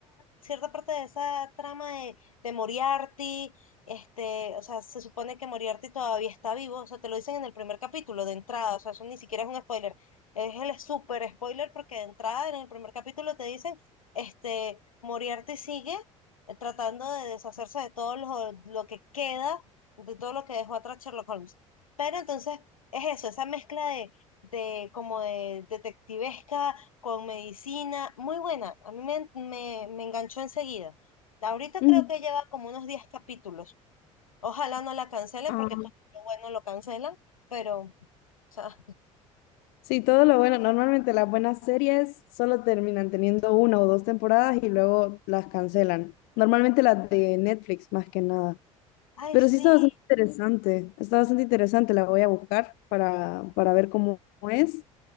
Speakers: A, on the left (about 80°); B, on the left (about 55°).
A: cierta parte de esa trama de, de Moriarty, este, o sea, se supone que Moriarty todavía está vivo, o sea, te lo dicen en el primer capítulo de entrada, o sea, eso ni siquiera es un spoiler es el super spoiler porque de entrada en el primer capítulo te dicen, este, Moriarty sigue eh, tratando de deshacerse de todo lo, lo que queda, de todo lo que dejó atrás Sherlock Holmes. Pero entonces es eso, esa mezcla de, de como de detectivesca con medicina, muy buena. A mí me, me, me enganchó enseguida. Ahorita
B: ujú,
A: creo que lleva como unos 10 capítulos. Ojalá no la cancelen
B: ah.
A: porque todo lo bueno lo cancelan, pero, o sea,
B: Sí, todo lo bueno. Normalmente las buenas series solo terminan teniendo una o dos temporadas y luego las cancelan. Normalmente las de Netflix, más que nada.
A: ay,
B: Pero
A: sí.
B: sí está bastante interesante. Está bastante interesante. La voy a buscar para, para ver cómo es.